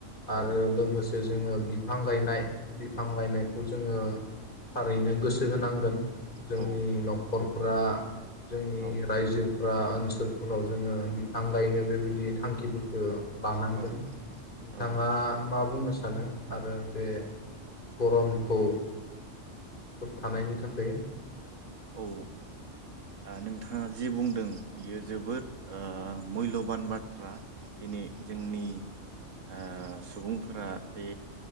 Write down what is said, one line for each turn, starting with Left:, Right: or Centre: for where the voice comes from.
Right: औ
Left: आरो लोगोसे। जोङो बिफां गायनाय बिफां गायनायखौ जोङो थारैनो गोसो होनांगोन। जोंनि
Right: औ
Left: न'खर- फ्रा। जोंनि
Right: औ
Left: रायजो-। फ्रा ओनसोलफो- राव जोङो बिफां गायनो बेबायदि। थांखिफोरखौ। लानांगोन
Right: औ
Left: नोंथाङा
Right: औ आं
Left: मा बुंनो सानो आरो बे गरमखौ होबथानायनि थाखै
Right: औ आं नोंथाङा जे बुंदों बियो जोबोर ओह मुल्यबान बाथ्रा दिनै जोंनि ओह सुबुंफोरा बे